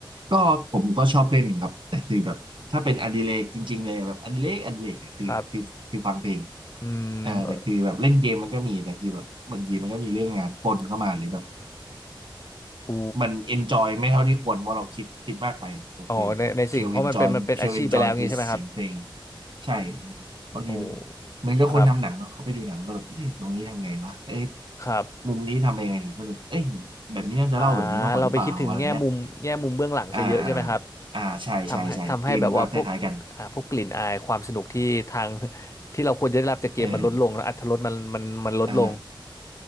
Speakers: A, on the right; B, on the left.
A: ก็ผมก็ชอบเล่นครับแต่คือแบบถ้าเป็นอดิเรกจริงๆเลยแบบอดิเรกอดิเรกอะคือคือคือฟังเพลง
B: ครับอืมเออ
A: เออแต่คือแบบเล่นเกมมันก็มีแต่คือแบบบางทีมันก็มีเรื่องงานปนเข้ามาหรือแบบ
B: อู
A: มันเอนจอยไม่เท่าที่ควรเพราะเราคิดคิดมากไปแต่คือเพียวเอนจอยเพียวเอนจอยคือเสียงเพลง
B: อ๋อในในสิ่งเพราะมันเป็นมันเป็นอาชีพไปแล้วงี้ใช่ไหมครับ
A: ใช่นะฮะบางทีมัน
B: โอ้
A: เหมือนกับคนทำหนังเนาะเขาไปดูหนังแล้วก็แบบเอ้ยตรงนี้ทำไงวะเอ้ย
B: ครับครับ
A: มุมนี้ทำยังไงถึงสนุกเอ้ยแบบนี้น่าจะเล่าแบบนี้มากกว่าหรือเปล่าอะไรเงี้ย
B: อ่าเราไปคิดถึงแง่มุมแง่มุมเบื้องหลังซะเยอะใช่ไหมครับ
A: อ่าอ่าอ่าใช่ใช่ใช่เกมก็คล้ายๆกัน
B: ทำให้ทำให้แบบว่าพวกอ่าพวกกลิ่นอายความสนุกที่ทาง <laughs> ที่เราควรจะได้รับจากเกมมันลดลงแล้วอรรถรสมันมันมันลดลง
A: เอออ่า